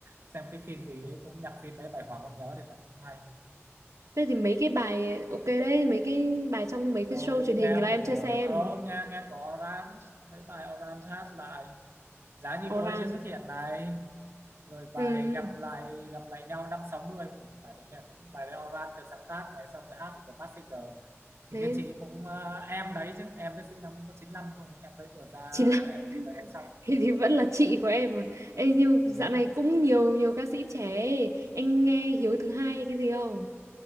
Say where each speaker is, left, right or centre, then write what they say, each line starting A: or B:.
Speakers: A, on the right; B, on the right.
A: xem cái phim gì đấy cũng nhạc phim đấy bài Hoàng Hôn Nhớ thì phải cũng hay
B: thế
A: đấy.
B: thì mấy cái bài ok đấy mấy cái bài trong mấy cái
A: rồi
B: show truyền hình
A: nghe
B: là em
A: của
B: chưa xem
A: ờ nghe nghe của Orange mấy bài Orange hát lại giá như
B: Oran
A: cô ấy chưa xuất hiện này rồi bài
B: ừ.
A: gặp lại gặp lại nhau năm sáu mươi bài đấy nha cũng bài đấy Oran được sáng tác này xong rồi hát The Mask Singer thì
B: đấy
A: các chị cũng ờ, em đấy chứ em đấy sinh năm có 95 thôi em đấy vừa ra
B: chỉ là
A: em MV
B: <laughs>
A: bài đấy xong
B: thì, thì vẫn là chị của em mà Ê, nhưng
A: Nhưng
B: dạo này
A: mà-
B: cũng nhiều nhiều ca sĩ trẻ ấy. anh nghe Hiếu thứ hai hay cái gì không